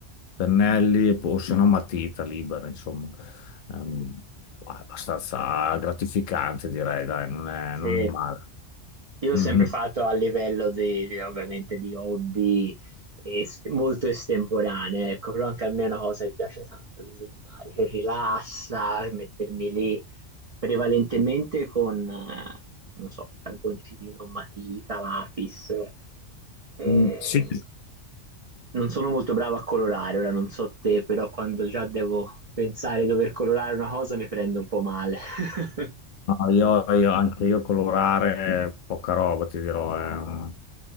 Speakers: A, on the left; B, on the right.
A: Pennelli e po- o se no matita libera, insomma. Ehm, è abbastanza gratificante, direi, dai, non è,
B: Sì.
A: non è male.
B: Io l'ho
A: Mhm.
B: sempre fatto a livello di, di- ovviamente di hobby es- molto estemporaneo, ecco, però anche a me è una cosa che piace tanto disegnare, che rilassa, che mettermi lì prevalentemente con, eh, non so, carboncino, matita, lapis. Eh,
A: Mm, Sì.
B: non sono molto bravo a colorare, ora non so te, però quando già devo pensare di dover colorare una cosa mi prendo un po' male. <laughs>
A: No, io, io- anche io colorare poca roba, ti dirò. è un-